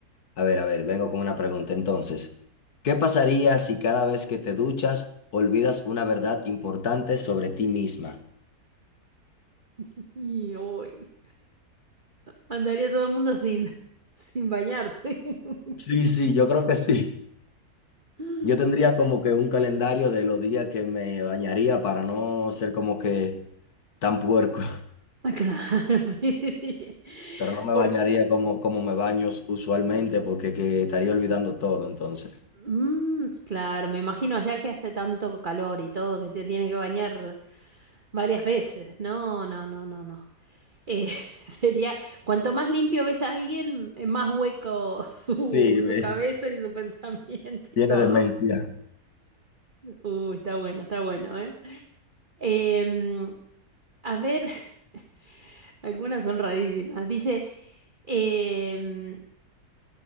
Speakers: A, on the left (about 75°); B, on the right (about 35°).
A: a ver, a ver, vengo con una pregunta. Entonces, ¿qué pasaría si cada vez que te duchas olvidas una verdad importante sobre ti misma?
B: <laughs> Y hoy andaría todo el mundo sin, sin bañarse. <laughs>
A: Sí, sí, yo creo que sí.
B: Ah,
A: Yo tendría como que un calendario de los días que me bañaría para no ser como que tan puerco.
B: Claro, <laughs> sí, sí, sí.
A: pero no me
B: Por...
A: bañaría como, como me baño usualmente porque que estaría olvidando todo entonces.
B: Mm, claro, me imagino allá que hace tanto calor y todo que te tienes que bañar varias veces. No, no, no, no, no. Eh, <laughs> sería, cuanto más limpio ves a alguien, eh, más hueco <laughs> su,
A: Sí, me-
B: su cabeza y su <laughs> pensamiento y
A: tiene
B: todo.
A: demencia.
B: Uy, está bueno, está bueno, ¿eh? Em, a ver, <laughs> algunas son rarísimas. Dice, em,